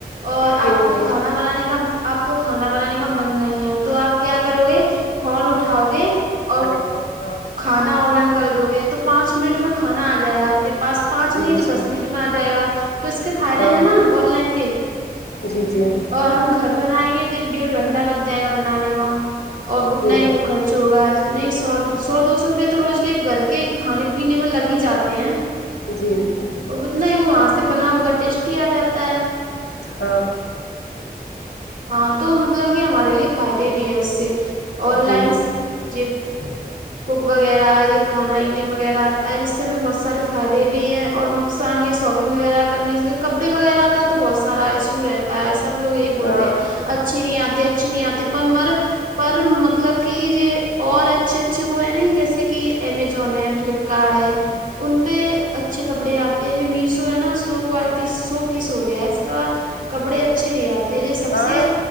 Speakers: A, on the right; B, on the left.
A: اور
B: ہوں
A: آپ کو
B: ہوں
A: کھانا بنانے کا آپ کو کھانا بنانے کا من نہیں ہے تو آپ کیا کرو گے فون اٹھاؤ گے اور
B: بس <unintelligible>
A: کھانا آن لائن کر دو گے تو پانچ منٹ میں کھانا آ جائے گا آپ کے پاس پانچ
B: جی
A: نہیں تو
B: جی
A: دس منٹ میں آ جائے گا تو اس کے فائدے
B: ہاں
A: ہیں نا آن لائن کے
B: جی جی
A: اور ہم گھر بنائیں گے تو ایک ڈیڑھ گھنٹہ لگ جائے گا بنانے میں اور اتنا
B: جی
A: ہی وہ خر چ ہوگا جتنے سو سو دو سو روپے تو روز کے گھر کے کھانے پینے میں لگ ہی جاتے ہیں
B: جی جی
A: اور اتنا ہی وہ وہاں سے بنا ہوا ٹیسٹی آ جاتا ہے
B: ہاں
A: ہاں تو مطلب کہ ہمارے لیے فائدے بھی ہیں اس سے آن
B: جی
A: لائن ج کوک وغیرہ یہ کھانا ایٹنگ وغیرہ آتا ہے جس سے ہمیں بہت سارے فائدے بھی ہیں اور نقصان ساپنگ وغیرہ کرنے سے کپڑے وغیرہ کا تو بہت سارا ایشو رہتا ہے سب لوگ یہ
B: ہاں
A: اچھے نہیں آتے اچھے نہیں آتے پر مر پر مطلب کہ یہ اور اچھے اچھے وہ ہیں نا جیسے کہ امیزون ہے فلپ کارڈ ہے ان پہ اچھے کپڑے آتی ہے جو میشو ہے نا سو کوالٹی سو فیس ہو گیا ہے اس کا کپڑے اچھے نہیں آتے یہ سب
B: ہاں
A: سے